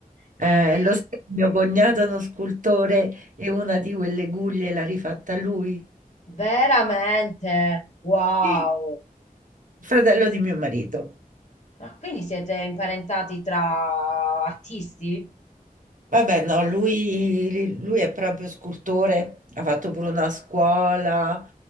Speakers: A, on the left; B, on the right.
A: E
B: Eh, lo sai, mio cognato è uno scultore e una di quelle guglie l'ha rifatta lui.
A: veramente, wow.
B: Sì, fratello di mio marito.
A: Ma quindi siete imparentati tra artisti?
B: Vabbè,
A: Cioè,
B: no, lui, lui è proprio scultore, ha fatto pure una scuola,